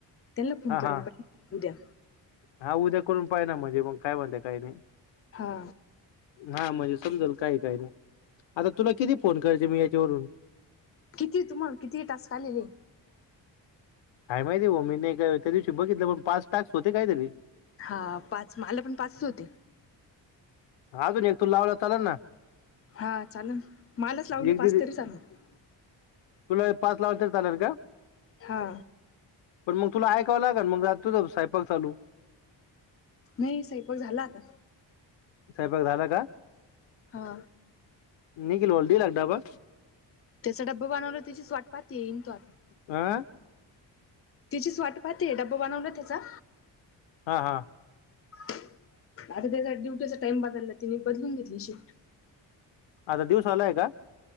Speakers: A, on the left; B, on the left.
A: त्यांना फोन
B: हा
A: कराून
B: हा
A: पाहि उद्या
B: हा उद्या करून पाहि ना म्हणजे मग काय म्हणते काही नाही.
A: हा.
B: हा म्हणजे समजाल काही काय नाही आता तुला किती फोन करायचे मी याच्यावरून
A: किती तुम्हाला किती तास आलेले आहे.
B: काय माहिती आहे हो मी नाही का त्या दिवशी बघितलं पण पाच टाक्स होते काहीतरी
A: हा पाच आला पण पाचच होते.
B: अजून एक तू लावला चाला ना.
A: हा चालेल मलच लावली
B: एक दीड
A: पाच तरी चालेल.
B: तुला पाच ला अंतर चाल का?
A: हा
B: पण मग तुला ऐकावं लाग मग जातोच सायपक चालू.
A: नाही साैपाक झाला आता
B: स्बाग झालं का?
A: हा.
B: निखिल वलदी लागत.
A: त्याचा डबबा बनवला त्याचीच स् वाटपात येईन तो आता
B: आं.
A: तिचीच वाट पाहतेय डब्बा बनवला त्याचा
B: हा हा.
A: आता त्याचा ड्युटीचा टाइम बदालला तिने बदलून घेतली शिफ्ट
B: आ दिवसालाय का?